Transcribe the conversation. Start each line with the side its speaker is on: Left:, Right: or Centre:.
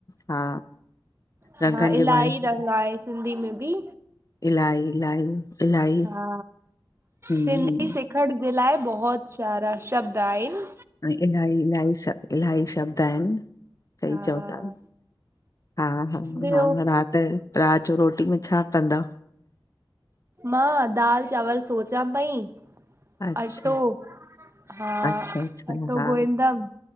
Left: हा।
Right: हा
Left: रंगनि जे
Right: इलाही
Left: बारे में
Right: रंग आहे सिंधी में बि।
Left: इलाही- इलाही। इलाही
Right: हा,
Left: हम्म
Right: सिंधी
Left: हम्म
Right: सिखण जे लाए बहुत सारा शब्द आहिन।
Left: ऐं इल्हाई- इल्हाई शब इल्हाई शब्द आहिनि। सही
Right: हा
Left: चओ ता, हा- हा-
Right: ॿियो
Left: हा रात त रात जो रोटी में छा कंदव?
Right: मां दाल चांवल सोचां पई
Left: अच्छा
Right: अटो, हा,
Left: अच्छा अच्छा
Right: अटो
Left: हा
Right: गोइंदम